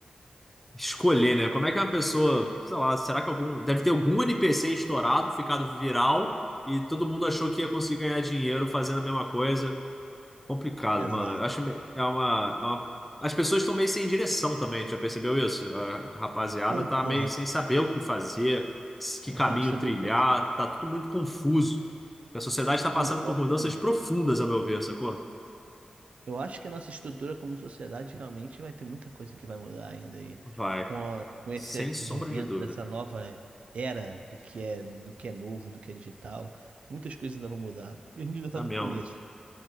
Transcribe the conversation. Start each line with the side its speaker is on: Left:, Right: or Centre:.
Centre: Escolher, né? Como é que uma pessoa, sei lá, será que algum, deve ter algum NPC estourado, ficado viral e todo mundo achou que ia conseguir ganhar dinheiro fazendo a mesma coisa? Complicado,
Right: Exato.
Centre: mano. Eu Acho me- é uma, é uma- as pessoas estão meio sem direção também, já percebeu isso? A rapaziada
Right: Concordo.
Centre: tá meio sem saber o que fazer, se- que caminho
Right: Tem que saber
Centre: trilhar,
Right: o que fazer.
Centre: tá tudo muito confuso. A sociedade está
Right: Concordo
Centre: passando por mudanças
Right: também.
Centre: profundas, a meu ver, sacou?
Right: Eu acho que a nossa estrutura como sociedade realmente vai ter muita coisa que vai mudar ainda aí
Centre: Vai,
Right: com, a- com esse
Centre: sem sombra
Right: advento
Centre: de dúvida.
Right: dessa nova era do que é do que é novo, do que é digital. Muitas coisas ainda vão mudar. E a gente ainda está
Centre: Tá
Right: no
Centre: mesmo.
Right: começo.